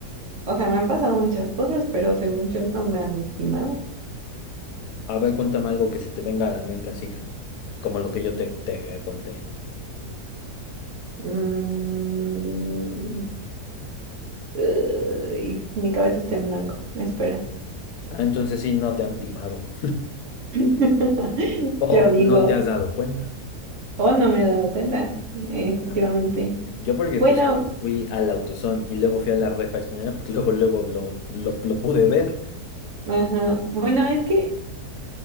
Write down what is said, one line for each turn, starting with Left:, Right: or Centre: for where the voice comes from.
Right: O sea, me han pasado muchas cosas, pero según yo no me han timado.
Left: a ver, cuéntame algo que se te venga a la mente así. como lo que yo te, te conté.
Right: Mm, ay, mi cabeza está en blanco. Espera.
Left: Ah, Entonces sí, no te han timado
Right: <laughs>
Left: o
Right: Yo digo,
Left: no te has dado cuenta.
Right: oh, no me he dado cuenta. Eh, Efectivamente.
Left: Ajá. Yo porque
Right: Bueno,
Left: pues como fui al AutoZone y luego fui a la refaccionera, pues <laughs> luego, luego lo, lo, lo pude ver.
Right: ajá. Bueno, es que